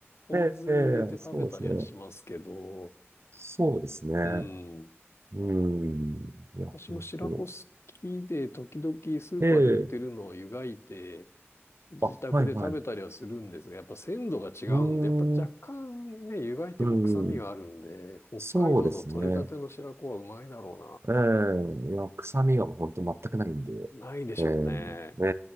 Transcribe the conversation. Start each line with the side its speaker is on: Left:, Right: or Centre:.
Left: ポン酢に入れて食べたりはしますけど、
Right: ええ、ええそうですね。そうですね。
Left: うん。
Right: うーん。いや、
Left: 私も白子好きで、
Right: 本当に。
Left: 時々スーパーで売ってるのを湯がいて、
Right: ええ、
Left: 自宅で食べたりはするんですが、
Right: あ、はい、はい。う
Left: やっぱ鮮度が違うんで、
Right: ーん。
Left: やっぱ若干ね、湯がいても臭みがあるんで、
Right: うん。
Left: 北海道の採れたての白子はうまいだろ
Right: そうですね。ええ、いや、臭みがもう本当全くないんで、
Left: うな。ないでしょうね。
Right: ええ、え